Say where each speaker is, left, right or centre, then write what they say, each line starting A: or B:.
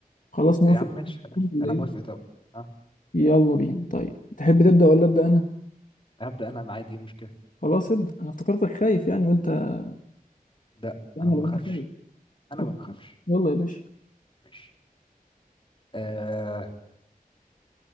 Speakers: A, on the left; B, on the left.
A: خلاص موافق
B: يا عم ماشي خلاص
A: ولا
B: انا
A: إيه؟
B: موافق طب ها
A: يلا بينا طيب تحب تبدا ولا ابدا انا
B: هبدا انا معايا دي مشكله
A: خلاص ابدا انا افتكرتك خايف يعني قلت انا
B: لا
A: لو
B: انا ما بخافش
A: انت خايف
B: انا
A: خلاص
B: ما بخافش
A: يلا يا باشا
B: ماشي آه